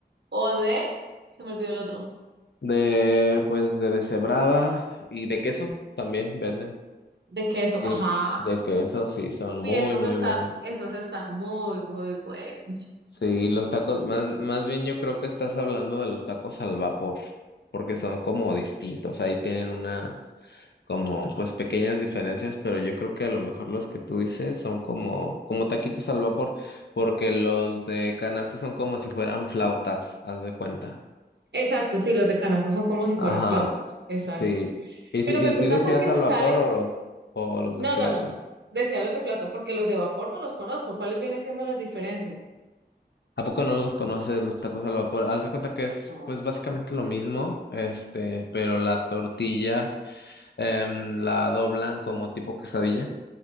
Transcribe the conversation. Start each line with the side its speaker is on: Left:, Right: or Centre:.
Right: o de... Se me olvidó el otro.
Left: De, pues, de deshebrada y de queso también venden.
Right: De queso.
Left: Sí,
Right: Ajá.
Left: de queso sí, son
Right: Uy,
Left: muy,
Right: esos
Left: muy
Right: están,
Left: buenos.
Right: esos están muy, muy buenos.
Left: Sí, los tacos, más, más bien yo creo que estás hablando de los tacos al vapor, porque son como distintos, ahí tienen una, como pues pequeñas diferencias, pero yo creo que a lo mejor los que tú dices son como, como taquitos al vapor, porque los de canasta son como si fueran flautas, haz de cuenta.
Right: Exacto, sí, los de canasta son como si fueran
Left: Ajá,
Right: flautas. Exacto.
Left: sí. ¿Y
Right: Pero
Left: si, y
Right: me gustan
Left: si decías
Right: porque se
Left: al vapor
Right: sale...
Left: o los, o
Right: No,
Left: los de flauta?
Right: no, no. Decía los de flauta, porque los de vapor no los conozco. ¿Cuáles vienen siendo las diferencias?
Left: ¿A poco no los conoces los tacos al vapor? Haz de cuenta que es
Right: No.
Left: pues básicamente lo mismo, este, pero la tortilla em, la doblan como tipo quesadilla